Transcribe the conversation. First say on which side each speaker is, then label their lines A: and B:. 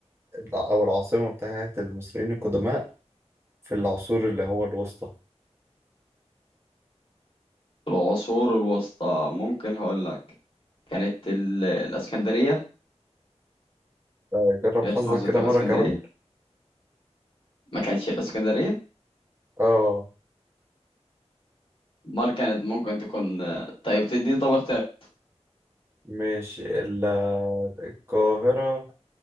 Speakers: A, on the right (about 20°); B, on the left (about 50°).
A: او العاصمه بتاعت المصريين القدماء في العصور اللي هو الوسطى
B: العصور الوسطى ممكن هقول لك كانت ال... الاسكندرية
A: آه، جرب
B: كانت
A: حظك
B: محافظة
A: كده
B: الاسكندرية
A: مره كمان
B: ما كانتش الاسكندرية
A: اه
B: امال كانت ممكن تكون آه، طيب تديني طب اختيار
A: ماشي ال- القاهرة